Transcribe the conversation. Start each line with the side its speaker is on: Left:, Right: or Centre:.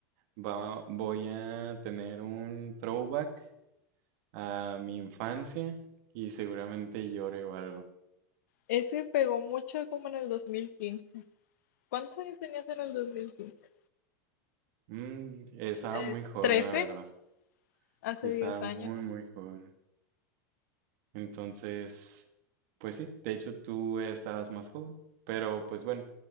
Right: va- voy a tener un throwback a mi infancia y seguramente llore o algo.
Left: Ese pegó mucho como en el 2015. ¿Cuántos años tenías en el 2015?
Right: Mm, estaba
Left: Eh,
Right: muy joven,
Left: 13,
Right: la verdad.
Left: hace
Right: Estaba
Left: 10 años.
Right: muy, muy joven. Entonces, pues sí, de hecho tú estabas más joven, pero pues bueno,